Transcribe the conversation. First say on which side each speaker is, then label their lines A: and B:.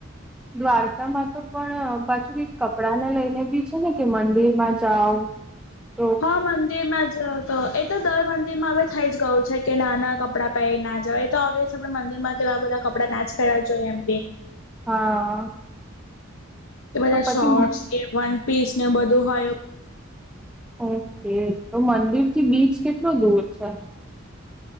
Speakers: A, in the centre; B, on the left.
A: દ્વારકામાં તો પણ પાછુ બી કપડાને લઈને બી છે ને કે મંદિરમાં જાવ. <unintelligible>
B: હા મંદિર માજ તો એ તો દર મંદિર માં હવે થઈ જ ગયું છે કે ના ના કપડાં પહેરી ના જાવ એ તો અવેસ આપે મંદિરમાં તેવા બધા કપડા નાચ કરવા જોઈએ એમ બી.
A: હા.
B: કે બધા
A: તો પછી
B: શોર્ટસ કે વન પીસને બધું હોય.
A: ઓકે તો મંદિરથી બીચ કેટલો દૂર છે?